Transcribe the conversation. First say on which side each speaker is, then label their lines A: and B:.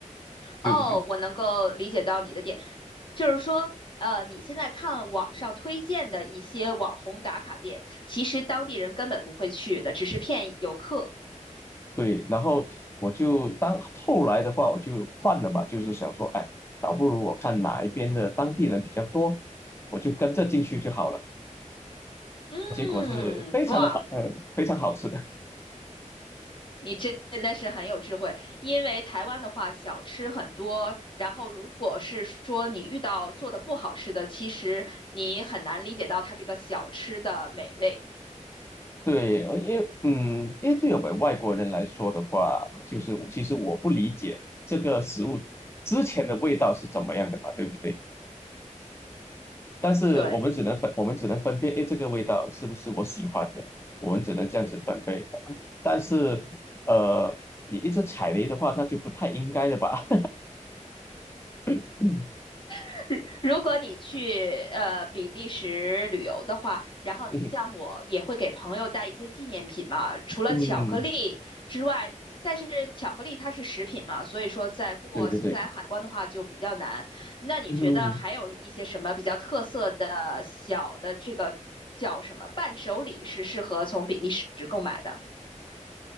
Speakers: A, on the left; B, on the left.
A: 就就
B: 哦，我能够理解到你的点，就是说，呃，你现在看网上推荐的一些网红打卡店，其实当地人根本不会去的，只是骗游客。
A: 对，然后我就当后来的话，我就换了吧，就是想说，哎，倒不如我看哪一边的当地人比较多，我就跟着进去就好了。
B: 嗯，
A: 我是非常的好，
B: 哇，
A: 嗯，非常好吃的。
B: 你真的是很有智慧，因为台湾的话，小吃很多，然后如果是说你遇到做的不好吃的，其实你很难理解到它这个小吃的美味。
A: 对，呃因为嗯，因为对我们外国人来说的话，就是其实我不理解这个食物之前的味道是怎么样的嘛，对不对？但是我们只能分，
B: 对。
A: 我们只能分辨，诶，这个味道是不是我喜欢的？我们只能这样子分辨的。但是，呃，你一直踩雷的话，那就不太应该了吧？<laughs>
B: <laughs> 如果你去呃比利时旅游的话，然后你像我也会给朋友带一些纪念品嘛，
A: 嗯
B: 除了巧克力之外，
A: 嗯，
B: 但是巧克力它是食品嘛，所以说在过新西兰海关的话就比较难。
A: 对对对，
B: 那你觉得还有一些什么比较特色的小的这个叫什么伴手礼是适合从比利时购买的？
A: 嗯。